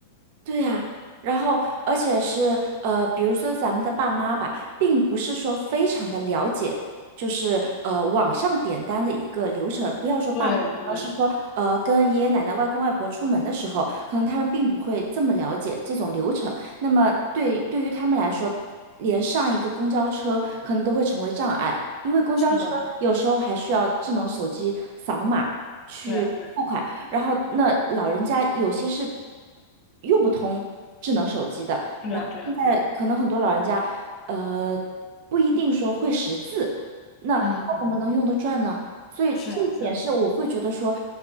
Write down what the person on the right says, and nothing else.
对呀，然后而且是呃，比如说咱们的爸妈吧，并不是说非常的了解，就是呃网上点单的一个流程。不要说爸妈，
而是说呃跟爷爷奶奶、外公外婆出门的时候，可能他们并不会这么了解这种流程。那么对对于他们来说，连上一个公交车可能都会成为障碍，因为公交车有时候还需要智能手机扫码去。
付款。然后那老人家有些是用不通智能手机的，
然后现在可能很多老人家，
呃，不一定说会识字，那他怎么能用得转呢？
所以这一点是我会觉得说，